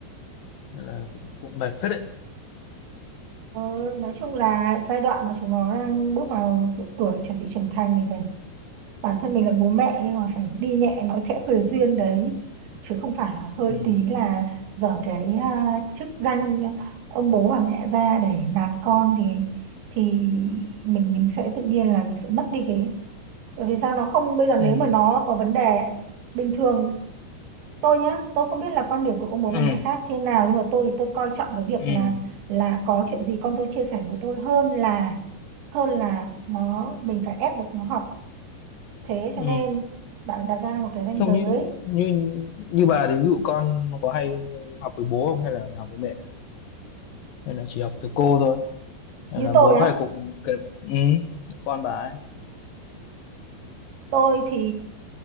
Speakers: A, on the left (about 65°); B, on the right (about 85°).
A: Nên là cũng cũng mệt phết đấy
B: Ừ, nói chung là giai đoạn mà chúng nó đang bước vào độ tuổi chuẩn bị trưởng thành này bản thân mình là bố mẹ nhưng mà phải đi nhẹ nói khẽ cười duyên đấy chứ không phải là hơi
A: ừ.
B: tí là dở cái à, chức danh à, ông bố bà mẹ ra để nạt con thì thì mình mình sẽ tự nhiên là mình sẽ mất đi cái bởi vì sao nó không bây giờ nếu
A: Ừ.
B: mà nó có vấn đề bình thường tôi nhá tôi không biết là quan điểm của ông bố
A: Ừ.
B: bà mẹ khác thế nào nhưng mà tôi thì tôi coi trọng cái việc
A: Ừ.
B: là là có chuyện gì con tôi chia sẻ với tôi hơn là hơn là nó mình phải ép được nó học Thế
A: Ừ.
B: cho nên bạn phải đặt ra một cái ranh
A: Không
B: giới.
A: như như như bà thì ví dụ con có hay học với bố không hay là học với mẹ hay là chỉ học từ cô thôi hay
B: Như
A: là
B: tôi
A: bố có
B: á,
A: hay cùng kèm ừ. con bà ấy
B: tôi thì